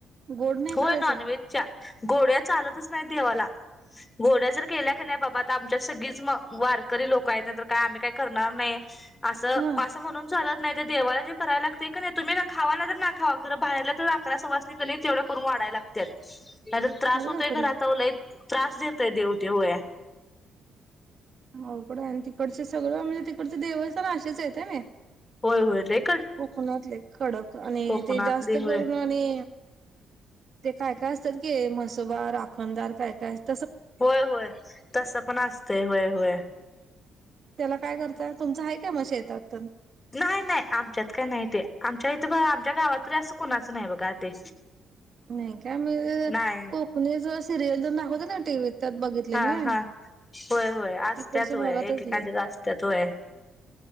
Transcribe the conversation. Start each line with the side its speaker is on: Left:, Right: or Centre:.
Right: गोड नाही
Left: होय
Right: करायचं?
Left: नॉनव्हेजच्या घोड्या चालतच नाही देवाला घोड्यासारख जरी केल्या का नाही बाबा आता आमच्या सगळीच वारकरी लोक आहेत. काय आम्ही काही करणार नाही? असं
Right: हा
Left: असं म्हणून चालंत नाही ते देवाला जे करायला लागतय कनी तुम्ही खावा नाही तर ना खावा खरं बाहेरला तर अकरा सवासनी का तेवढं करून वाढा य लागतात. नाहीतर त्रास
Right: अरे
Left: होतोय.
Right: बापरे
Left: घरात आहो लई त्रास देतोय देव तो होय.
Right: अवघड आहे आणि तिकडचे सगळं म्हणजे तिकडचे देवस्थान सगळे असेच आहेत ना.
Left: होय होय रे.
Right: कोकणात लई कडक आणि
Left: कोकणातली
Right: ते जास्त
Left: होय
Right: करून आणि ते काय काय असतात कि? मसोबा राखणदार काय काय असतात?
Left: होय होय तसं पण असतंय होय होय.
Right: त्याला काय करताय? तुमचं हा काय मग शेतात पण?
Left: नाही नाही आमच्यात काय नाही ते आमच्या इथं आमच्या गावातरी असं कोणाच नाही बघा ते.
Right: नाही काय मग
Left: नाही
Right: कोकणीच सिरियल तेन दाखवतात ना टीव्हीत त्यात बघितलेलं
Left: हा
Right: ना.
Left: हा होय होय असतात.
Right: तिकडच्या
Left: होय
Right: भागातच
Left: एकेकांच्यात असतात होय.